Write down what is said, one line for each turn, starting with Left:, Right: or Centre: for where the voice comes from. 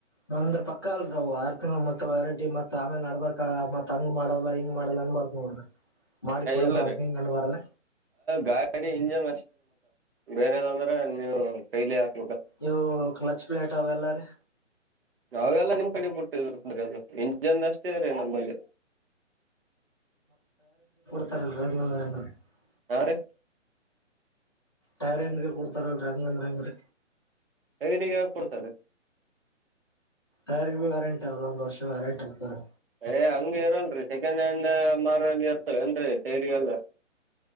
Left: ನಾವ ಅಂದ್ರ ಪಕ್ಕ ಅಲ್ರವು ಆರು ತಿಂಗಗಳು ಮತ್ತ ವಾರಂಟಿ ಮತ್ ಆಮೇಲೆ ನಡ್ಬಾರಕ ಮತ್ ಹಂಗ ಮಾಡಲ್ಲ ಹಿಂಗ ಮಾಡಲ್ಲ ಅನ್ ಬಾರತ್ ನೋಡ್ರಿ ಮಾಡಿ ಕೊಡಲ್ಲ
Right: ಇಲ್ಲರಿ
Left: ಹ ಹಗಣಬಾರದ್ರೆ
Right: ಗಾಡಿ ಇಂಜನ್ ಬೇರೆದಂದ್ರೆ ನೀವು ಕೈಲಿ ಹಾಕ್ತ
Left: ಇವು ಕ್ಲಚ್ ಪ್ಲೇಟ್ ಅವ ಎಲ್ಲಾರೀ
Right: ನಾವೆಲ್ಲ ನಿಮ್ ಕಡೆ ಬಿಟ್ಟಿದ್ರ ಇಂಜನ್ ಅಷ್ಟೇ ರೀ ನಮ್ಮಲ್ಲಿ
Left: ಲ್
Right: ಯಾರೀ
Left: ಟೈರ್ ಿಂದಗೆ ಕೊಡ್ತಾರಲ್ರರಿ ಹಂಗಂದ್ರ ಹೆಂಗ್ರೀ
Right: ಎದುಗ ಆ ಕೊಡ್ತದೆ
Left: ಯರ್ ಬಿೀ ವಾರಂಟಿ ಅವಲ್ಲ ಒಂದ ವರ್ಷ ವಾರಂಟಿ ಇರ್ತಾರೆ
Right: ಯ ಹಂಗ ಇರನ್ರರಿ ಸೆಕೆಂಡ್ ಹ್ಯಾಂಡ್ ಮಾರಲ್ಲಿ ಇರ್ತ ಏನ್ರರಿ ತೈರಿಗೆಲ್ಲ